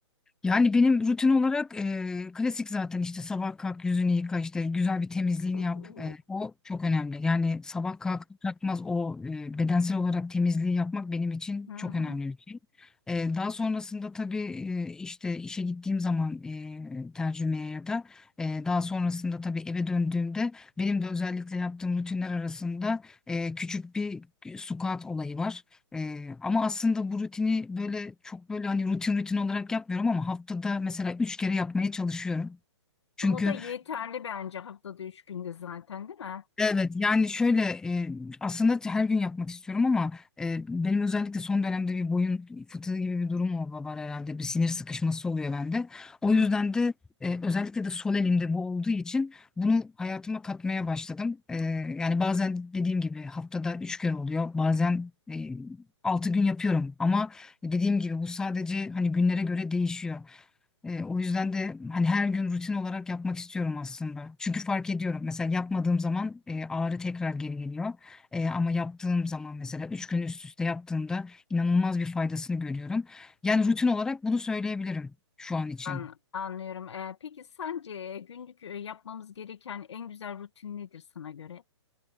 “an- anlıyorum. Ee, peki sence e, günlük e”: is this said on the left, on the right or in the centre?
Left